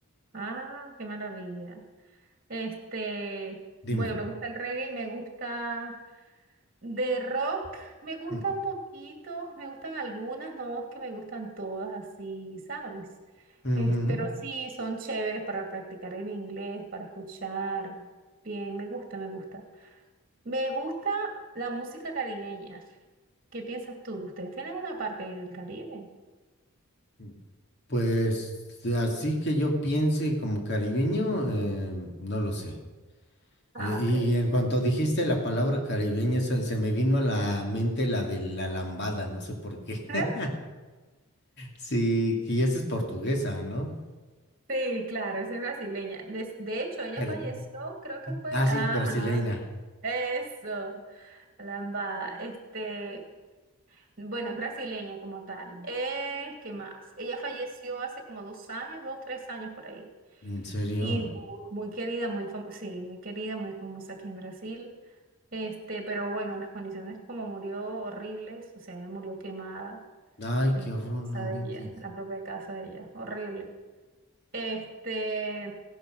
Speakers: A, on the right; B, on the left.
A: Ah, qué maravilla. Este,
B: Dime.
A: bueno, me gusta el reggae y me gusta. De rock me gustan
B: Mm,
A: poquito me gustan algunas, no es que me gustan todas así, ¿sabes?
B: ujú.
A: Es- pero sí, son chéveres para practicar el inglés, para escuchar. Bien, me gusta, me gusta. Me gusta la música caribeña. ¿Qué piensas tú? ¿Ustedes tienen una parte ahí del Caribe?
B: mm, Pues así que yo piense como caribeño, eh, no lo sé.
A: Ah,
B: Eh, Y
A: ok.
B: en cuanto dijiste la palabra caribeña, se, se me vino a la mente la de la lambada, no sé por qué.
A: <laughs>
B: <laughs> Sí, que esa es portuguesa, ¿no?
A: Sí, claro, esa es brasileña. De, de hecho, ella
B: Pero-
A: falleció, creo que fue.
B: Ah,
A: Ajá.
B: sí, brasileña.
A: Eso, la lambada. Este, Bueno, es brasileña como tal. Eh, ¿qué más? Ella falleció hace como dos años, dos, tres años por ahí.
B: ¿En serio?
A: Y mu- muy querida, muy famosa, sí, muy querida, muy famosa aquí en Brasil. Este, pero bueno, las condiciones como murió horribles, o sea, ella murió quemada
B: Ay, qué
A: en la
B: horror, no
A: casa
B: inventes.
A: de ella, en la propia casa de ella, horrible. Este,